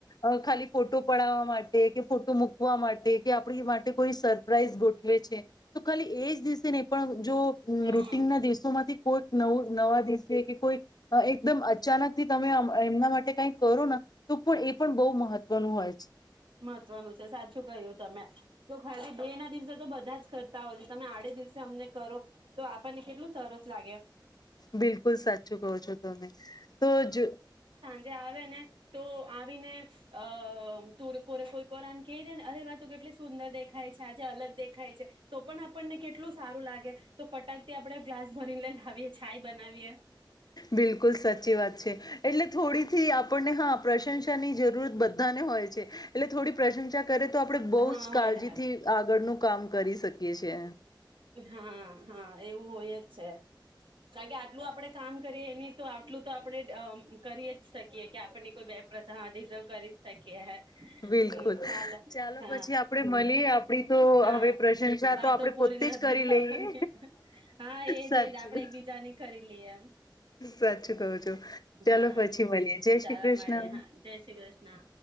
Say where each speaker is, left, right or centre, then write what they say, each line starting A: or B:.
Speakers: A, on the left (about 55°); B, on the right (about 85°).
A: અ ખાલી ફોટો પડાવવા માટે કે ફોટો મૂકવા માટે કે આ આપણી માટે કોઈ સરપ્રાઈઝ ગોઠવે છે, તો ખાલી એજ દિવસે નય પણ જો
B: હમ
A: રૂટીન ના દિવ કોઈક નવું નવા દિવસે કે કોઈ એકદમ અચાનક થી તમે એમના માટે કઈ કરો ન તો પણ એ પણ બહુ મહત્વનું હોય છે.
B: મહત્વનું છે સાચું કહ્યું તમે, તો ખાલી બે ના દિવસે તો બધા જ કરતા હોય છે. તમે આડે દિવસે અમને કરો, તો આપણને કેટલું સરસ લાગે.
A: બિલકુલ સાચું કહો છો તમે, તો જ
B: જે આવે ને તો આવીને અ તુર કોરે કોઈ કો વાર આમ કહી દે ને અરે વા તું કેટલી સુંદર દેખાય છે, આજે અલગ દેખાય છે, તો પણ આપણને કેટલું સારું લાગે તો ફટાકથી આપડણે ગ્લાસ ભરીને લાવીએ છાય બનાવીએ.
A: બિલકુલ સાચી વાત છે, એટલે થોડી. થી આપણને હા પ્રશંસા ની જરૂરત બધાને હોય છે, એટલે થોડી પ્રશંસા કરે તો આપડણે બહુ
B: હા
A: જ કાળજીથી
B: હોય હા
A: આગળનું કામ કરે. કરી શકીએ છે.
B: હા, હા એવું હોય જ છે, કારણ કે આટલું આપડે કામ કરીએ, એની તો આટલું તો આપડણે કરી જ શકીએ કે આપણને કોઈ બે પ્રથા હા રિઝર્વ કરી શકીએ <inaudible> હમ
A: બિલકુલ
B: ચાલ
A: ચાલો
B: હા
A: પછી, આપડે મળીએ આપડી તો
B: હા
A: હવે પ્રશંસા
B: વાતો
A: તો આપણે
B: પૂરી
A: પોતે
B: નથી
A: જ કરી
B: થવાની,
A: લઈએ
B: હા એજ
A: સાચું
B: એજ આપણે એક બીજાની ખરી લઈએ,
A: સાચું કહું છું ચાલો
B: હા
A: પછી મળીએ જય
B: ચાલો
A: શ્રી કૃષ્ણ
B: મળી હા જય શ્રી કૃષ્ણ.